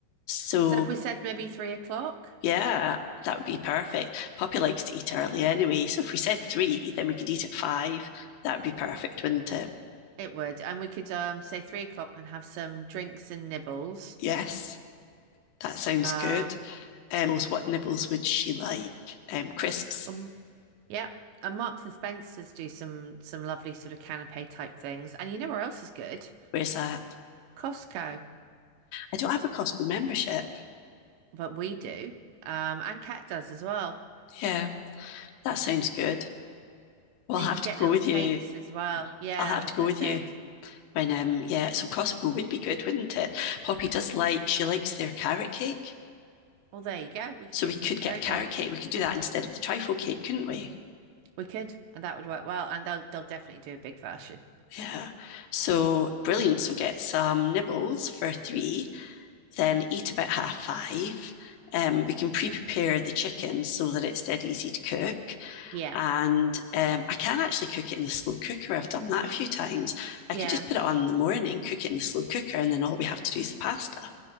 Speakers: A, on the left (about 85°); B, on the right (about 85°).
A: So
B: So if we said maybe three o'clock,
A: yeah, that would be perfect. Poppy likes to eat early anyway. So if we said three, then we could eat at five. That would be perfect, wouldn't it?
B: it would. And we could um say three o'clock and have some drinks and nibbles.
A: Yes. that sounds
B: Um,
A: good. Um, what nibbles would she like? Um, crisps.
B: well, Yep. And Marks and Spencers do some some lovely sort of canapé type things. And you know where else is good?
A: Where's that?
B: Costco.
A: I don't have a Costco membership.
B: But we do. Um, and Cat does as well.
A: Yeah, that sounds good. Well,
B: And
A: I'll have
B: you can
A: to
B: get
A: go
B: little
A: with
B: cakes
A: you.
B: as well. Yeah,
A: I'll have to go
B: that's
A: with you.
B: it.
A: When um, yeah, so Costco would be good, wouldn't it? Poppy does like she likes their carrot cake,
B: Well, there you go. We could
A: so
B: get
A: we could
B: some of the carrot
A: get a carrot
B: cake.
A: cake. We could do that instead of the trifle cake, couldn't we?
B: We could, and that would work well. And they'll they'll definitely do a big version.
A: Yeah. So brilliant. So get some nibbles for three. then eat about half five. Um, we can pre-prepare the chicken so that it's dead easy to cook,
B: Yeah.
A: and um, I can actually cook it in the slow cooker. I've done that a few times. I
B: Yeah.
A: could just put it on in the morning, cook it in the slow cooker, and then all we have to do is the pasta.